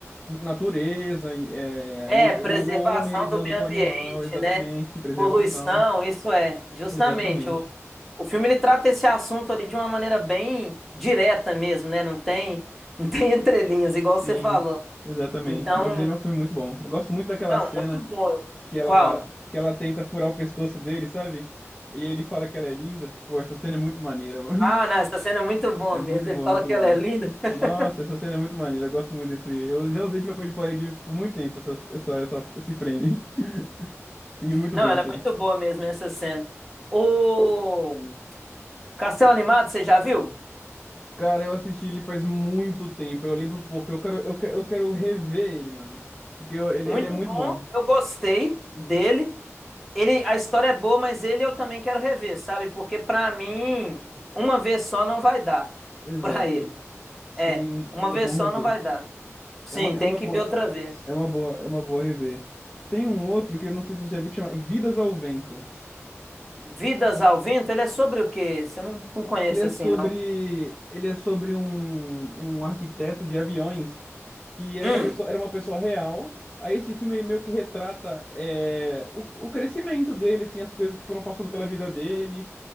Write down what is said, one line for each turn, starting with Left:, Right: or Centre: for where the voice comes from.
Left: natureza, é,
Centre: É,
Left: ali-
Centre: preservação
Left: o, o homem lidando
Centre: do meio
Left: com
Centre: ambiente,
Left: o animal, exatamente,
Centre: né?
Left: preservação,
Centre: Poluição, isso é. Justamente,
Left: exatamente.
Centre: o, o filme ele trata esse assunto ali de uma maneira bem direta mesmo, né? Não tem, não tem <laughs> entrelinhas, igual
Left: Sim,
Centre: você falou.
Left: exatamente.
Centre: Então,
Left: Mas ele é um filme muito bom. Eu gosto muito daquela
Centre: não,
Left: cena
Centre: muito bom.
Left: que ela,
Centre: Qual?
Left: que ela tenta furar o pescoço dele, sabe? E ele fala que ela é linda. Pô, essa cena é muito maneira, <laughs> mano.
Centre: Ah, não, essa cena é muito boa
Left: É muito
Centre: mesmo.
Left: boa,
Centre: Ele fala
Left: muito
Centre: que
Left: boa.
Centre: ela é linda. <laughs>
Left: Nossa, essa cena é muito maneira. Eu gosto muito desse. Eu já usei de papel de parede por muito tempo, essa, essa, essa- esse frame. <laughs> Filme muito
Centre: Não,
Left: bom
Centre: ela
Left: esse
Centre: é muito
Left: aí.
Centre: boa mesmo, essa cena. O Castelo Animado, você já viu?
Left: Cara, eu assisti ele faz muito tempo. Eu lembro pouco. Eu quero, eu, que- eu quero rever ele, mano. Porque eu- ele,
Centre: Muito
Left: ele é muito
Centre: bom.
Left: bom.
Centre: Eu gostei dele. Ele, a história é boa, mas ele eu também quero rever, sabe? Porque pra mim, uma vez só não vai dar <laughs>
Left: Exato.
Centre: pra ele.
Left: Sim,
Centre: É, uma
Left: é
Centre: vez
Left: bom
Centre: só
Left: rever.
Centre: não vai dar. Sim,
Left: É uma, é
Centre: tem
Left: uma
Centre: que
Left: boa.
Centre: ver outra vez.
Left: É uma boa, é uma boa rever. Tem um outro que eu não sei se você já viu que chama Vidas ao Vento.
Centre: Vidas ao Vento, ele é sobre o quê? Você não, não conhece
Left: Ele é
Centre: assim,
Left: sobre,
Centre: não?
Left: ele é sobre um, um arquiteto de aviões que era
Centre: Hum,
Left: uma pessoa, era uma pessoa real. Aí esse filme meio que retrata é, o, o crescimento dele, assim, as coisas que foram passando pela vida dele,